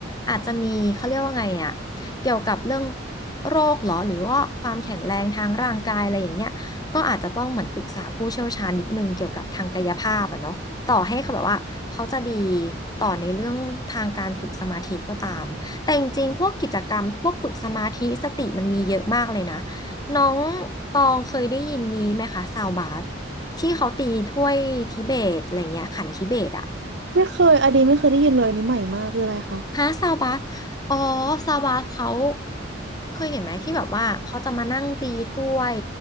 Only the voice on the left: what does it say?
อาจจะมีเขาเรียกว่าไงอะ เกี่ยวกับเรื่องโรคเหรอหรือว่าความแข็งแรงทางร่างกายอะไรอย่างเงี้ยก็อาจจะต้องเหมือนปรึกษาผู้เชี่ยวชาญนิดนึงเกี่ยวกับทางกายภาพอะเนาะต่อให้เขาแบบว่าเขาจะดีต่อในเรื่องทางการฝึกสมาธิก็ตาม แต่จริงๆพวกกิจกรรมพวกฝึกสมาธิสติมันมีเยอะมากเลยนะน้องตองเคยได้ยินนี้ไหมคะซาวบาสที่เขาตีถ้วยทิเบตอะไรเงี้ยขันทิเบตอะ
ฮะซาวบาสอ๋อซาวบาสเขาเคยเห็นไหมที่แบบว่าเขาจะมานั่งตีถ้วย